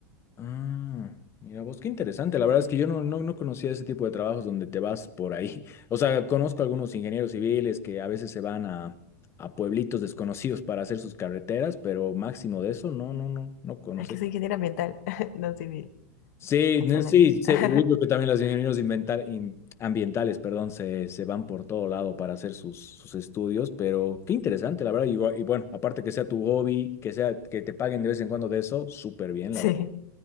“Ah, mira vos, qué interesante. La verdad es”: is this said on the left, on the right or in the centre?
Left